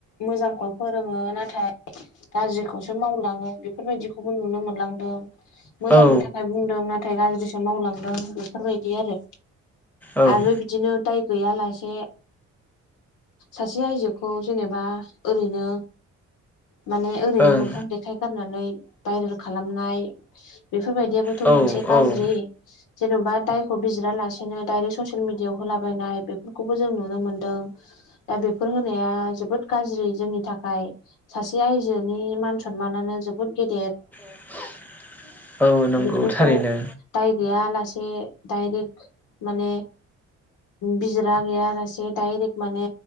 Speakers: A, on the left; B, in the centre.
A: मोजांखौ फोरोङो नाथाय गाज्रिखौसो मावलाङो बेफोरबायदिखौबो नुनो मोनलांदों मोजांनि
B: औ
A: थाखाय बुंदों नाथाय गाज्रिसो मावलांदों बेफोरबायदि आरो
B: औ
A: आरो
B: औ
A: बिदिनो दाय गैयालासे सासे आइजोखौ जेनेबा ओरैनो माने ओरैनो
B: ओं
A: मोखां देखाय गारनानै भायरेल खालामनाय बेफोरबायदियाबो थ'
B: औ
A: मोनसे गाज्रि
B: औ
A: जेन'बा दायखौ बिजिरालासेनो दायरेक्ट ससियेल मिडियाआव होलाबायनाय बेफोरखौबो जों नुनो मोनदों दा बेफोर होनाया जोबोद गाज्रि जोंनि थाखाय सासे आयजोनि मान सनमानानो जोबोद गेदेर
B: <inaudible> नंगौ
A: बेफोरखौ
B: थारैनो
A: दाय गैया लासे डाइरेक्ट माने बिजिरा गैयालासे डाइरेक्ट माने